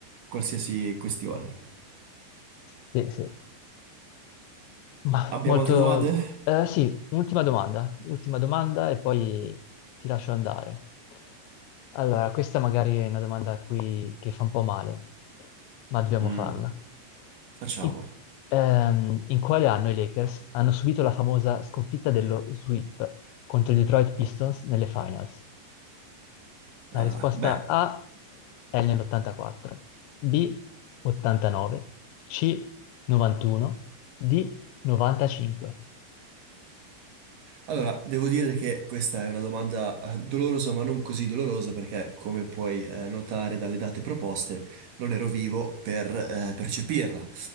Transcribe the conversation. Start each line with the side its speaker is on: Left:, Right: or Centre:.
Right: qualsiasi questione.
Left: Sì, sì. Ma
Right: Abbiamo
Left: molto...
Right: altre domande?
Left: eh, sì, ultima domanda, ultima domanda e poi ti lascio andare. Allora, questa magari è una domanda a cui- che fa un po' male, ma dobbiamo
Right: Mm.
Left: farla.
Right: Facciamo.
Left: In, ehm, in quale anno i Lakers hanno subito la famosa sconfitta dello sweep contro i Detroit Pistons nelle finals?
Right: Ah,
Left: La risposta
Right: beh.
Left: A è nell'84, B 89, C 91, D 95.
Right: Allora, devo dire che questa è una domanda eh, dolorosa, ma non così dolorosa, perché come puoi eh, notare dalle date proposte, non ero vivo per eh, percepirla.